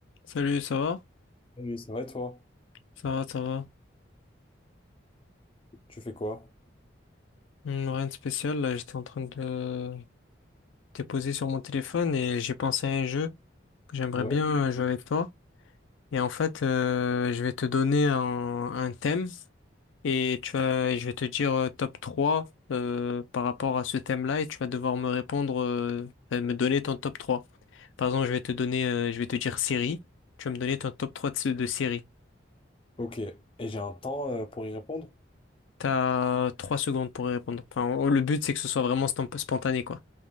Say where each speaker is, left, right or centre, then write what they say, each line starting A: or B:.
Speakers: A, on the left (about 80°); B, on the left (about 25°).
A: Salut, ça va?
B: Oui, c'est vrai, toi.
A: Ça va, ça va.
B: Tu fais quoi?
A: Hum, rien de spécial, là, j'étais en train de déposer sur mon téléphone et j'ai pensé à un jeu que j'aimerais
B: Ouais.
A: bien jouer avec toi. Et en fait, euh, je vais te donner un, un thème et tu vas, je vais te dire euh, top 3 euh, par rapport à ce thème-là et tu vas devoir me répondre, euh, enfin, me donner ton top 3. Par exemple, je vais te donner, euh, je vais te dire série, tu vas me donner ton top 3 de, de série.
B: Ok. Et j'ai un temps euh, pour y répondre?
A: T'as 3 secondes pour y répondre. Enfin, on- le but, c'est que ce soit vraiment stomp- spontané, quoi.